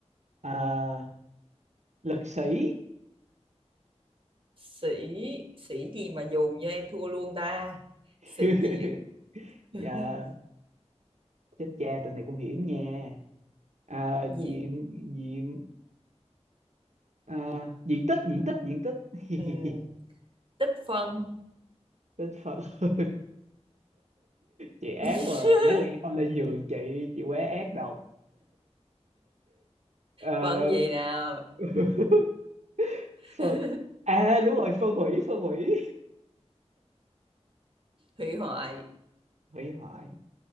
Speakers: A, on the right (about 80°); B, on the right (about 45°).
A: à, lực sĩ
B: Sĩ sĩ gì mà dồn cho em thua luôn ta?
A: <laughs>
B: Sĩ diện,
A: dạ
B: <laughs>
A: chết cha tụi này cũng hiểm nha à,
B: diện.
A: diện diện à, diện tích diện tích diện tích <laughs>
B: Ừm, tích phân.
A: tích phật <laughs> chị ác
B: <laughs>
A: quá à. đáng lẽ con lên nhường chị chị quá ác đâu Ờ,
B: Phân gì nào?
A: <laughs>
B: <laughs>
A: phân à đúng rồi phân hủy phân hủy
B: Hủy hoại.
A: hủy hoại